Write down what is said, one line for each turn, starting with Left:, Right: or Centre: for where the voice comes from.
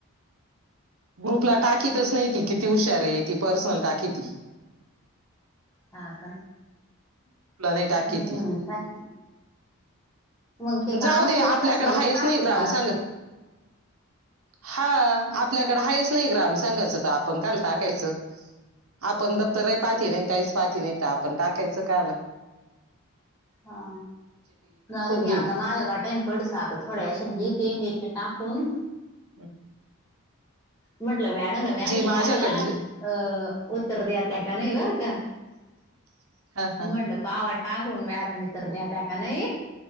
Right: ग्रुपला टाकीतच नाही ती किती हुशार आहे ती पर्सनल टाकील.
Centre: ह का
Right: नाही टाकी
Centre: मन
Right: ती
Centre: म्ह काय. मग ते कामचे
Right: जाऊ दे आपल्याकडे
Centre: प्रश्नलच
Right: आहेच
Centre: टाकता
Right: नाही ग्राम
Centre: असते
Right: सांग हा आपल्याकडे आहेाच नाही ग्राम सांगायच आपण काल टाकायच आपण दप्तरही
Centre: हा
Right: पाथी
Centre: तेच
Right: नाही
Centre: ना
Right: काहीच पाथी नाही तर आपण टाकायचं काल.
Centre: हा. र मी
Right: घेईल
Centre: आता माझ्या घ टाईम कडच आता थोड्याशे लिके ले टाकून.
Right: हम.
Centre: म्हटलं व्याडून व्यास
Right: माझ्याकडली
Centre: टाकला अ उत्तर दया त्या
Right: हा
Centre: का नाही बरं का.
Right: <inaudible> हा हा
Centre: म्हटलं पावा टाकून व्याडम उतर द्या त्या का नाही.